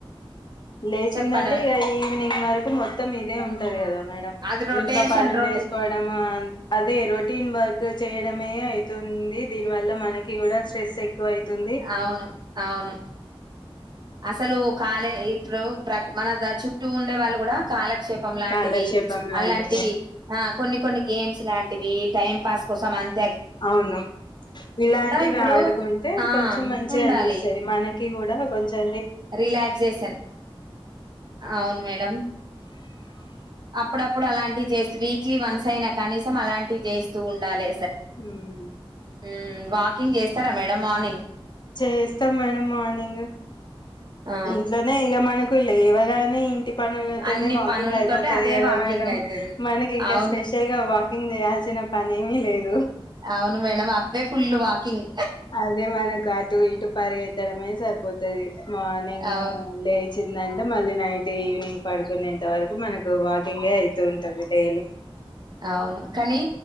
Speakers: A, on the left; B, on the right.
A: లేచిందంటే
B: చెప్పండి
A: ఇగా ఈవినింగ్ వరకు మొత్తం ఇవే ఉం ఉంటాది కదా మేడం
B: అది రొటేషన్
A: ఇంట్లో పనులు
B: రొటే
A: చేసుకోవడం అదే రోటీన్ వర్క్ చేయడం మే అయితుంది దీని వల్ల మనకి కూడా స్ట్రెస్ ఎక్కువ అయితుంది
B: అవును అవును అసలు కాలే ఇప్పుడు ప్రతి మన చుట్టూ ఉండే వాళ్ళు కూడా కాలక్షేపం లాంటివి
A: కాలక్షేపం లాంటి
B: అలాంటివి ఆ కొన్ని కొన్ని గేమ్స్ లాంటివి టైం పాస్ కోసం అంత
A: అవును ఇలాంటివి
B: ఇప్పుడు
A: ఆడుకుంటే
B: ఆ
A: కొంచెం మంచి
B: ఉండాలి
A: అనిపిస్తాది మనకి కూడా కొంచం
B: రిలాక్సేషన్ అవును మేడం చిన్నప్పుడు అలాంటివి చేస్తే వీక్లీ వన్స్ అయినా కనీసం అలాంటివి చేయిస్తూ ఉండాలి
A: ఉమ్.
B: ఉమ్ వాకింగ్ చేస్తారా మేడం మార్నింగ్
A: చేయిస్తాం మేడం మార్నింగ్
B: ఆ
A: ఇంట్లోనే ఇగ మనకు లేవగానే ఇంటి పనులతోనే
B: అన్ని
A: వాకింగ్
B: పనులతోటి
A: అయిపోతది
B: అదే
A: కదా
B: వాకింగ్
A: మేడం
B: అయితది
A: మనకి ఇంకా
B: అవును
A: స్పెషల్ గా వాకింగ్ చేయాల్సిన పనే ఏమిీ లేదు
B: అవును మేడం అవ్వే ఫుల్ వాకింగ్
A: అదే మనకు అటు ఇటు పరిగెత్తడమే సరిపోతది మార్నింగ్
B: అవును
A: లే వచ్చిందంటే మళ్ళీ నైట్ ఈవినింగ్ పడుకునేంత వరకు మనకు వాకింగ్గే అయితూ ఉంటుంది డైలీ
B: అవును కానీ